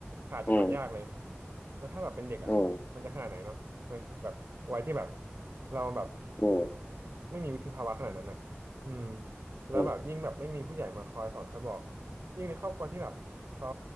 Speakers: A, on the right (about 60°); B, on the left (about 35°).
A: ขาดจากมันยากเลย
B: อืม
A: แล้วถ้าแบบเป็นเด็กอ่ะมันจะขนาดไหนเนาะในแบบวัยที่แบบ
B: อืม
A: เราแบบ
B: อืม
A: ไม่มีวุฒิภาวะขนาดนั้นอ่ะอืมแล้วแบบยิ่งแบบไม่มีผู้ใหญ่มาคอยสอนคอยบอก
B: อืม
A: ยิ่งในครอบครัวที่แบบเขา